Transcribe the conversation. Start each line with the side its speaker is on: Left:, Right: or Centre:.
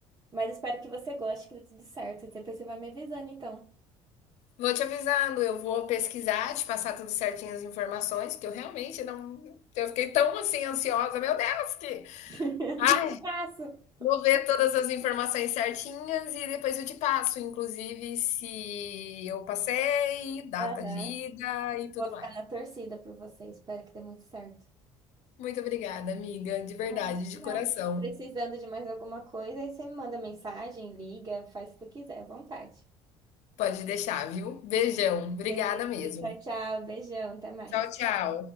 Right: Mas espero que você goste, que dê tudo certo. Depois você vai me avisando, então.
Left: Vou te avisando, eu vou pesquisar, te passar tudo certinho as informações, que eu realmente não. Eu fiquei tão assim ansiosa, meu Deus, que.
Right: <laughs>
Left: Ai,
Right: O que que eu faço?
Left: vou ver todas as informações certinhas e depois eu te passo, inclusive se eu passei, data
Right: Aham.
Left: de ida e tudo
Right: Vou ficar
Left: mais.
Right: na torcida por você. Espero que dê muito certo.
Left: Muito obrigada, amiga, de verdade,
Right: Ai,
Left: de
Right: de nada.
Left: coração.
Right: Precisando de mais alguma coisa, aí você me manda mensagem, liga, faz o que tu quiser, à vontade.
Left: Pode deixar, viu? Beijão, obrigada
Right: Beleza,
Left: mesmo.
Right: tchau, tchau, beijão, até mais.
Left: Tchau, tchau.